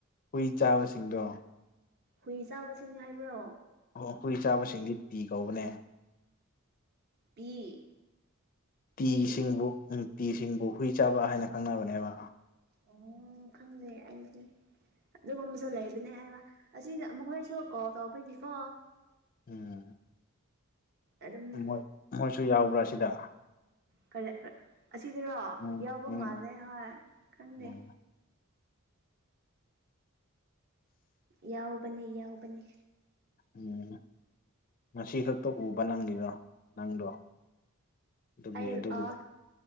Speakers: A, on the left; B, on the right.
A: ꯍꯨꯏ ꯆꯥꯕꯁꯤꯡꯗꯣ
B: ꯍꯨꯏ ꯆꯥꯕꯁꯤꯡꯅꯤ ꯍꯥꯏꯕ꯭ꯔꯣ
A: ꯑꯣ ꯍꯨꯏ ꯆꯥꯕꯁꯤꯡꯗꯤ ꯄꯤ ꯀꯧꯕꯅꯦ
B: ꯄꯤ
A: ꯇꯤꯁꯤꯡꯕꯨ
B: ꯇꯤ
A: ꯎꯝ ꯇꯤꯁꯤꯡꯕꯨ ꯍꯨꯏ ꯆꯥꯕ ꯍꯥꯏꯅ ꯈꯪꯅꯕꯅꯦꯕ
B: ꯑꯣ ꯈꯪꯗꯦ ꯑꯩꯗꯤ‌꯫ ꯑꯗꯨꯒꯨꯝꯕꯁꯨ ꯂꯩꯕꯅꯦ ꯍꯥꯏꯕ ꯑꯁꯤꯗ ꯃꯈꯣꯏꯁꯨ ꯀꯣꯜ ꯇꯧꯕꯒꯤꯀꯣ
A: ꯎꯝ
B: ꯑꯗꯨꯝ
A: ꯃꯣꯏ ꯃꯣꯏꯁꯨ ꯌꯥꯎꯕ꯭ꯔꯥ ꯁꯤꯗ?
B: <unintelligible> ꯑꯁꯤꯗꯔꯣ
A: ꯎꯝ
B: ꯌꯥꯎꯕ
A: ꯎꯝ
B: ꯃꯥꯜꯂꯦ ꯍꯣꯏ ꯈꯪꯗꯦ꯫
A: ꯎꯝ
B: ꯌꯥꯎꯕꯅꯤ- ꯌꯥꯎꯕꯅꯤ
A: ꯎꯝ ꯉꯁꯤ ꯈꯛꯇ ꯎꯕ ꯅꯪꯒꯤꯗꯣ ꯅꯪꯗꯣ꯫ ꯑꯗꯨꯒꯤ
B: ꯑꯩ
A: ꯑꯗꯨꯒꯤꯅꯤ
B: ꯑ